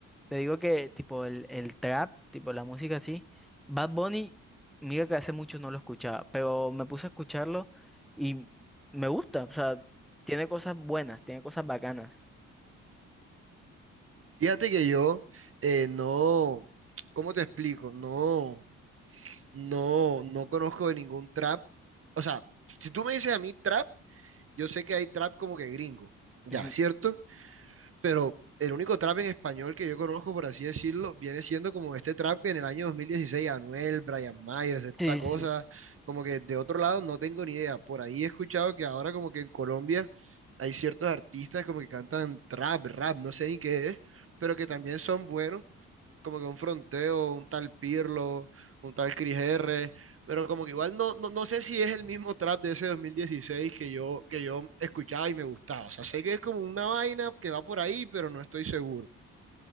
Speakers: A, in the centre; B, on the right (about 45°).
A: Te digo que, tipo, el, el trap, tipo, la música así. Bad Bunny, mira que hace mucho no lo escuchaba, pero me puse a escucharlo y me gusta. O sea, tiene cosas buenas, tiene cosas bacanas.
B: Fíjate que yo eh, no, ¿cómo te explico? No, no, no conozco de ningún trap. O sea, si tú me dices a mí trap, yo sé que hay trap como que gringo, ya,
A: Ujú.
B: ¿cierto? pero el único trap en español que yo conozco, por así decirlo, viene siendo como este trap que en el año 2016 Anuel, Brian Myers, esta
A: Sí,
B: cosa,
A: sí.
B: como que de otro lado no tengo ni idea. Por ahí he escuchado que ahora como que en Colombia hay ciertos artistas como que cantan trap, rap, no sé ni qué es, pero que también son buenos como que un fronteo, un tal Pirlo, un tal Cris R, pero como que igual no, no, no sé si es el mismo trap de ese 2016 que yo, que yo escuchaba y me gustaba. O sea, sé que es como una vaina que va por ahí, pero no estoy seguro.